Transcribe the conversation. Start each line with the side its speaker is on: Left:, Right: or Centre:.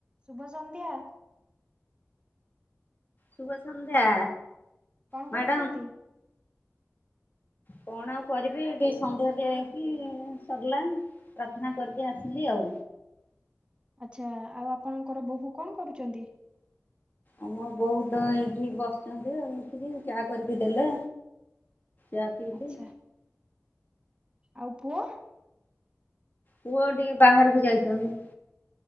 Right: ଶୁଭ ସନ୍ଧ୍ୟା।
Left: ଶୁଭ ସନ୍ଧ୍ୟା।
Right: କଣ
Left: ମ୍ୟାଡ଼ାମ
Right: କରୁଛନ୍ତି?
Left: କଣ ଆଉ କରିବି ଟିକେ ସନ୍ଧ୍ୟାରେ ଯାଇଁକି ସରିଲା, ପ୍ରାର୍ଥନା କରିକି ଆସିଲି ଆଉ।
Right: ଆଚ୍ଛା ଆଉ ଆପଣଙ୍କର ବୋହୂ କଣ କରୁଚନ୍ତି?
Left: ଆମ ବୋହୂ ତ ଏଇଠି ବସିଚନ୍ତି ଆଉ ଉଠିକି ଚା କରିକି ଦେଲେ ଚା ପିିଇଲି
Right: ଆଚ୍ଛା ଆଉ ପୁଅ?
Left: ପୁଅ ଟିକେ ବାହାରକୁ ଯାଇଚନ୍ତି।